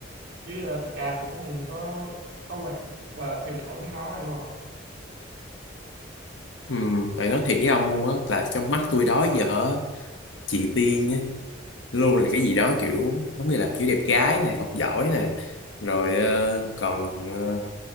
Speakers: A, on the right; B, on the left.
A: chứ ờ, thật ra tôi cũng không có có quan và theo dõi mấy cái đó hiểu không
B: ừ, tại nói thiệt với ông luôn á là trong mắt tôi đó giờ á, chị Tiên á, luôn là cái gì đó kiểu giống như là kiểu đẹp gái nè học giỏi nè rồi ờ, còn ờ,